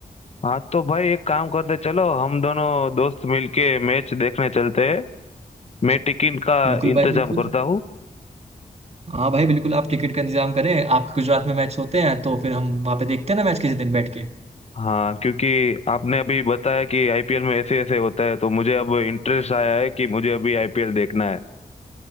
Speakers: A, on the left; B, on the right.
A: हाँ तो भाई एक काम करते चलो हम दोनों दोस्त मिलके मैच देखने चलते हैं मैं टिकट का
B: बिल्कुल
A: इंतजाम
B: भाई बिल्कुल
A: करता हूँ
B: हाँ भाई बिल्कुल आप टिकट का इंतजाम करें आपके गुजरात में मैच होते हैं तो फिर हम वहाँ पे देखते हैं ना मैच किसी दिन बैठ के
A: हाँ क्योंकि आपने अभी बताया कि आईपीएल में ऐसे ऐसे होता है तो मुझे अब इंटरेस्ट आया है कि मुझे अभी आईपीएल देखना है